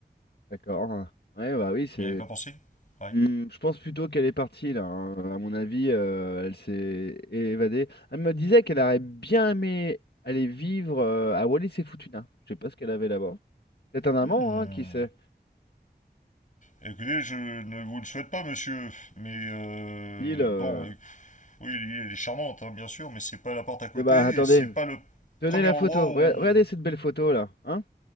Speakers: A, on the left; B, on the left.
A: d'accord. hein. Ouais, bah oui, c'est.
B: N'y avez pas pensé Ouais.
A: Mmh, je pense plutôt qu'elle est partie là. hein. À mon avis, euh, elle s'est évadée. Elle me disait qu'elle aurait bien aimé aller vivre euh, à Wallis et Futuna. Je sais pas ce qu'elle avait là-bas. Peut-être un amant,
B: Hmm.
A: hein, qui sait.
B: Écoutez, je ne vous le souhaite pas, monsieur. Mais euh,
A: Il, euh,
B: bon, Oui, l'île, elle est charmante, hein, bien sûr, mais c'est pas la porte à côté
A: eh Bah attendez,
B: et c'est pas le
A: tenez
B: premier
A: la
B: endroit
A: photo.
B: où
A: Rega-
B: on.
A: Regardez cette belle photo là, hein?